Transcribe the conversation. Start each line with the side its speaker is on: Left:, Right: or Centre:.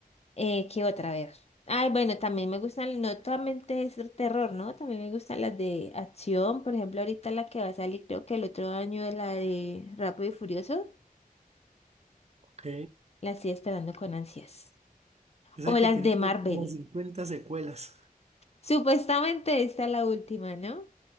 Left: Eh, ¿qué otra vez? Ay, bueno, también me gustan, no solamente es terror, ¿no? También me gustan las de acción. Por ejemplo, ahorita la que va a salir, creo que el otro año la de Rápido y Furioso.
Right: ok.
Left: La estoy esperando con ansias.
Right: Esa
Left: O las
Right: que tiene
Left: de
Right: como
Left: Marvel.
Right: como 50 secuelas.
Left: Supuestamente esta es la última, ¿no?